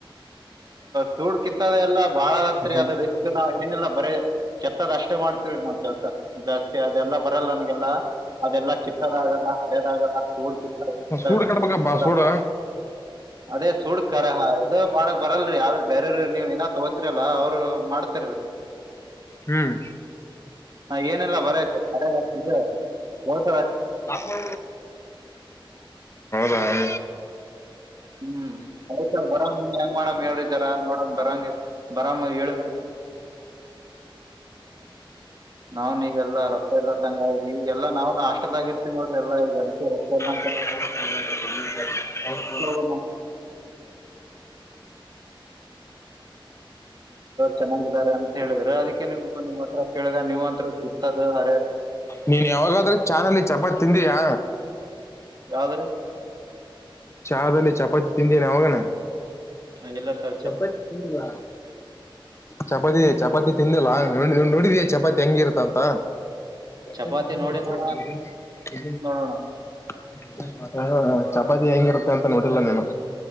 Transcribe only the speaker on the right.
ಸೂಡ್ ಕಿತ್ತದೆ ಎಲ್ಲ ಬಾಳದತ್ರಿ
ಅದ ರಿಸ್ಕ್ ನಾವ್ ಏನಿಲ್ಲ ಬರೀ ಕೆತ್ತದ್ ಅಷ್ಟೇ ಮಾಡ್ತ ನೋ ಕೆಲ್ಸ ಜಾಸ್ತಿ ಅದೆಲ್ಲ ಬರಲ್ಲ ನನಗೆಲ್ಲ ಅದೆಲ್ಲಾ ಕಿತ್ತದಾಗಲ್ಲ ಹರದಾಗಲ್ಲ ಚೂಡ್ ಕಿತ್ತ
ಕಿತ್ತದಾಗಲ್ಲ
ಅದೇ ಸುಡ್ ಕರ ಇದು ಮಾಡ ಬರಲ್ರಿ ಆದ್ರ ಬೇರರು ನೀವ್ ಏನ ತಗೋತಿರಲ್ಲ ಅವ್ರು ಮಾಡ್ತರ
ಹಾ ಏನೆಲ್ಲ ಬರ ಬರಿ ಬಹಸ
ಹ್ಮ್ಯತ ಬರ ಹೆಂಗ ಮಾಡಮ್ ಎರಡು ಜರ ನೋಡ ಬರಂಗೆ ಬರಾಮ ಹೇಳ ನಾವ್ನ್ವೆಲ್ಲಾ ರೊತ್ತ ಇಲ್ಲದಂಗ ಈ ಎಲ್ಲಾ ನಾವ್ ನಾಷ್ಟದಾಗಿ ಇರ್ತಿವಿ ನೋಡ್ರಿ ಎ ಈಗ ಅಡಿಕೆ ರೊತ ಎಲ್ಲ
<inaudible> ಚೆನ್ನಾಗಿದ್ದಾರೆ ಅಂತ ಹೇಳಿದಿದ್ದಾರೆ ಅದಕ್ಕೆ ನೀ ನಿಮ್ಮ್ ಹತ್ರ ಕೇಳ ನಿಮಂತ್ರ ಚುಾ ಹಾರ್ಯ
ಯಾವ್ದ್ರಿ?
ಆ, ಇಲ್ಲ ಸರ್
ಚಪಾತಿ
ನೋಡಿನಣ್ಣ ನೋಡೋಣ.